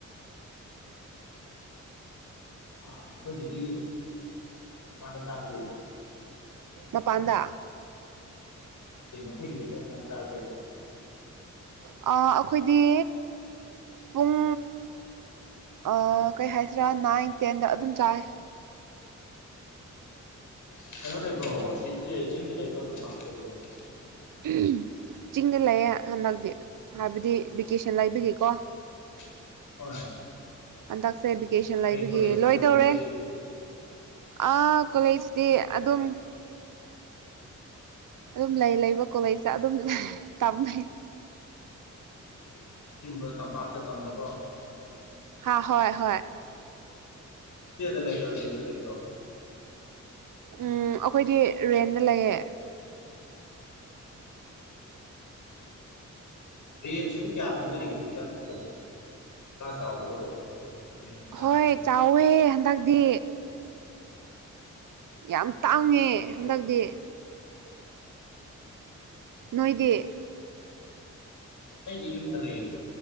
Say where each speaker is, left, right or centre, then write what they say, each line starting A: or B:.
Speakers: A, on the left; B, on the right.
A: ꯍꯥ ꯅꯈꯣꯏꯒꯤꯗꯤ ꯀꯔꯝ ꯀꯥꯟꯗ ꯆꯥꯒꯦ꯫
B: ꯃꯄꯥꯟꯗꯥ꯫
A: ꯇ ꯦꯅꯈꯣꯏꯒꯤꯗꯤ ꯀꯔꯝ ꯀꯥꯟ ꯆꯥꯒꯦꯕ꯫
B: ꯑ ꯑꯈꯣꯏꯗꯤ ꯄꯨꯡ ꯑ ꯀꯩ ꯍꯥꯏꯁꯤꯔꯥ ꯅꯥꯏꯟ ꯇꯦꯟꯗ ꯑꯗꯨꯝ ꯆꯥꯑꯦ꯫
A: <unintelligible> ꯀꯩꯅꫭ ꯂꯩꯕ꯭ꯔꯣ ꯑꯁꯤ ꯆ ꯆꯤꯡꯗ ꯂꯩꯕ꯭ꯔꯣ ꯇꯝꯄꯥꯛꯇ ꯂꯩꯕ꯭ꯔꫭ꯫
B: <unintelligible> ꯆꯤꯡꯗ ꯂꯩꯌꯦ ꯍꯟꯗꯛꯇꯤ ꯍꯥꯏꯕꯗꯤ ꯚꯦꯀꯦꯁꯟ ꯂꯩꯕꯒꯤꯀꯣ꯫
A: <unintelligible> ꯍꯣꯏ꯫
B: ꯍꯟꯗꯛꯁꯦ ꯚꯦꯀꯦꯁꯟ ꯂꯩꯕꯒꯤ
A: ꯀꯩ ꯀꯣꯂꯦꯖꯇ
B: ꯂꯣꯏꯗꯧꯔꯦ
A: ꯇꯝꯃꯤꯒꯦ
B: ꯑꯥ ꯀꯣꯂꯦꯖꯇꯤ
A: ꯀꯩ ꯀꯣꯂꯦꯖꯇ ꯇꯝꯃꯤꯒꯦ
B: ꯑꯗꯨꯝ ꯑꯗꯨꯝ ꯂꯩ ꯂꯩꯕ ꯀꯣꯂꯦꯖꯇ ꯑꯗꯨꯝ <unintelligible> ꯇꯝꯑꯦ꯫
A: <inaudible> ꯁꯤꯕ ꯇꯝꯄꯥꯛꯇ ꯇꯝꯕꯀꯣ꯫ ꯇꯝꯕꯅ
B: ꯍꯣꯏ ꯍꯣꯏ꯫
A: ꯍꯣꯁꯇꯦꯜꯗ ꯂꯩꯔꯣ ꯔꯦꯟꯇ ꯂꯩꯕ꯭ꯔꯣ꯫
B: ꯎꯝ ꯑꯈꯣꯏꯗꯤ ꯔꯦꯟꯗ ꯂꯩꯌꯦ꯫
A: <inaudible> ꯐꯩꯌꯦ ꯐꯩꯌꯦ ꯔꯦꯟꯁꯤꯕꯨ ꯀꯌꯥ ꯄꯤꯅꯔꯤꯒꯦ ꯍꯧꯖꯤꯛꯀꯥꯟꯁꯤꯕꯣ꯫ ꯚꯔꯥ ꯆꯥꯎꯕ꯭ꯔꯣ ꯔꯦꯟ꯫ ꯔꯦꯟ ꯚꯔꯥꯁꯤꯕꯣ
B: ꯍꯣꯏ ꯆꯥꯎꯋꯦ ꯍꯟꯗꯛꯗꯤ꯫
A: <inaudible>
B: ꯌꯥꯝ ꯇꯥꯡꯉꯦ ꯍꯟꯗꯛꯇꯤ
A: <unintelligible>
B: ꯅꯣꯏꯗꯤ
A: ꯑꯩꯒꯤ ꯌꯨꯝꯗ ꯂꯩꯌꯦ